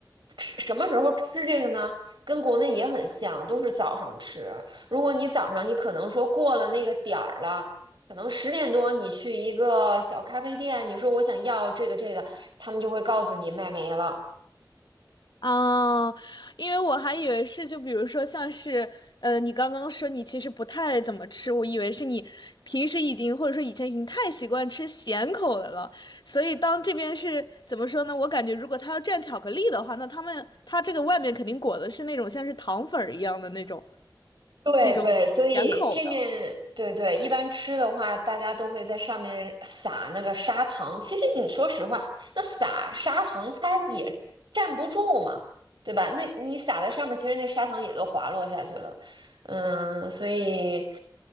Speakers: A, on the right (about 85°); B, on the left (about 70°).
A: 吃什么时候吃这个呢？跟国内也很像，都是早上吃。如果你早上你可能说过了那个点儿了，可能十点多你去一个小咖啡店，你说我想要这个这个，他们就会告诉你卖没了。
B: 啊，因为我还以为是，就比如说像是，呃，你刚刚说你其实不太怎么吃，我以为是你平时已经或者说以前已经太习惯吃咸口的了，所以当这边是怎么说呢？我感觉如果他要蘸巧克力的话，那他们他这个外面肯定裹的是那种像是糖粉儿一样的那种
A: 对对，
B: 这种咸口的，
A: 所以这面对对，一般吃的话，大家都会在上面撒那个砂糖。其实你说实话，那撒砂糖它也站不住嘛，对吧？那你撒在上面，其实那砂糖也都滑落下去了。嗯，所以，